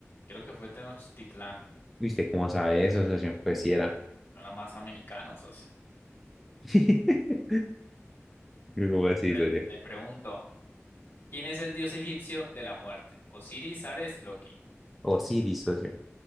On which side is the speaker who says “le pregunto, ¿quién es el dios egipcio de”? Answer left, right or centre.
Left